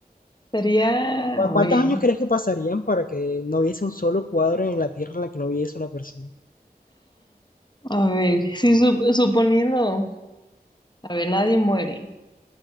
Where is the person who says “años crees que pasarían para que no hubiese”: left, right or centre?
Left